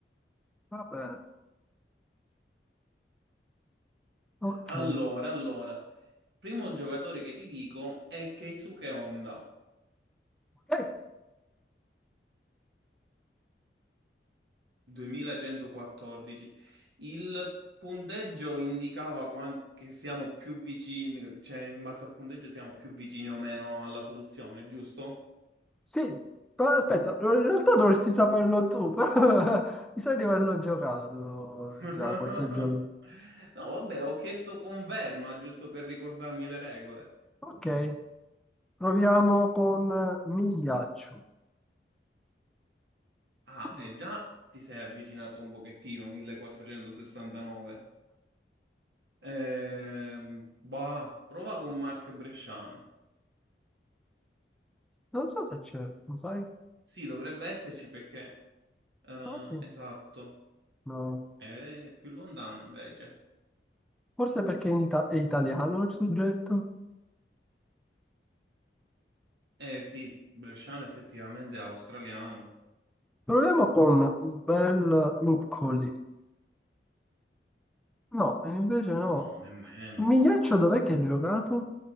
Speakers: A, in the centre; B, on the right.
A: Va bene. Ok.
B: Allora, allora, primo giocatore che ti dico è Keisuke Honda.
A: Ok,
B: 2114. Il punteggio indicava quan- che siamo più vicini, cioè in base al punteggio siamo più vicini o meno alla soluzione, giusto?
A: Sì, però aspetta, in realtà dovresti saperlo tu, però <laughs> mi sa di averlo giocato
B: <laughs>
A: già questo gioco.
B: No, vabbè, ho chiesto conferma giusto per ricordarmi le regole.
A: Ok, proviamo con Migliaccio.
B: Ah,
A: Mm,
B: e già ti sei avvicinato un pochettino, 1469. Ehm, bah, prova con Mark Bresciano.
A: Non so se c'è, lo sai?
B: Sì, dovrebbe esserci perché... eh,
A: Ah, sì,
B: esatto.
A: no.
B: È più lontano invece.
A: Forse perché in ita- è italiano il soggetto.
B: Eh sì, Bresciano effettivamente è australiano.
A: Proviamo con un bel Nuccoli. No, e invece no.
B: No, nemmeno.
A: Migliaccio dov'è che ha giocato?